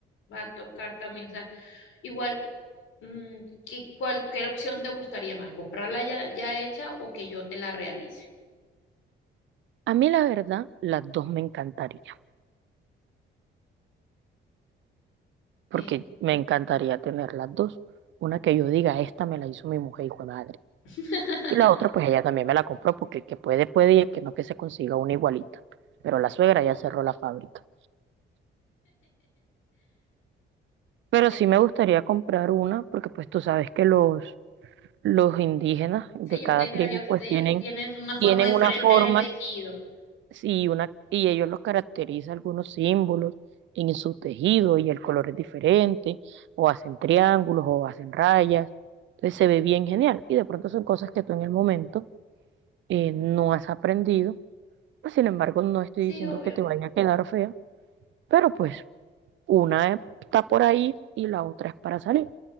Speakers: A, on the left; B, on the right.
A: Va a tocar también, o sea, igual, mm, ¿qué, cuál, qué opción te gustaría más? ¿Comprarla ya, ya hecha o que yo te la realice?
B: A mí, la verdad, las dos me encantaría, porque
A: Eh.
B: me encantaría tener las dos. Una que yo diga, esta me la hizo mi mujer, hijo de madre
A: <laughs>
B: Y la otra, pues ella también me la compró porque el que puede, puede y el que no, que se consiga una igualita. Pero la suegra ya cerró la fábrica. Pero
A: Pues
B: sí me
A: sí,
B: gustaría comprar una porque pues tú sabes que los, los indígenas de
A: sí, ellos
B: cada
A: tejen,
B: tribu
A: ellos,
B: pues
A: ellos
B: tienen,
A: tienen una forma
B: tienen
A: diferente
B: una forma
A: de tejido.
B: y, una, y ellos los caracteriza algunos símbolos en su tejido y el color es diferente o hacen triángulos o hacen rayas. Entonces se ve bien genial y de pronto son cosas que tú en el momento eh, no has aprendido Pues, Sin embargo, no estoy
A: Sí,
B: diciendo
A: obvio.
B: que te vaya a quedar fea, pero pues una está por ahí y la otra es para salir.